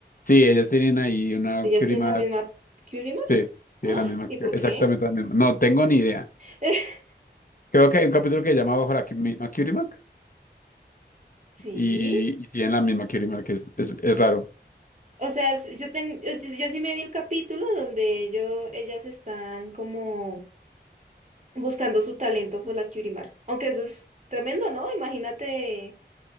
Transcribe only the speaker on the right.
¿Ellas tienen
la misma Curimar?
Ay,
¿y por
qué?
<laughs>
Sí.
O sea, s- yo, ten- yo, sí yo sí me vi el capítulo donde ello- ellas están como buscando su talento por la Curimar. Aunque eso es tremendo, ¿no? Imagínate,